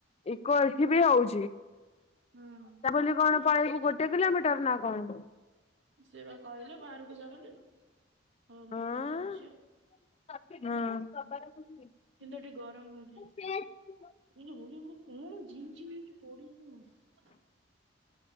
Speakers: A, on the left; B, on the right.
A: ଏଠି ବି ହଉଛି
B: ହୁଁ
A: ତା ବୋଲି କଣ ପାଳକୁ ଗୋ କେତେ କିଲୋମିଟର ନା କଣ
B: ସେ ବା କହିଲେ ବାହାରକୁ ଯ ବୋଲି ହୋଉ ମୁଁ
A: ଆଁ
B: କଥା ହୋଉଚି।
A: ହଁ <unintelligible>
B: କିନ୍ତୁ ଏଠି ଗରମ ହଉଛି <unintelligible>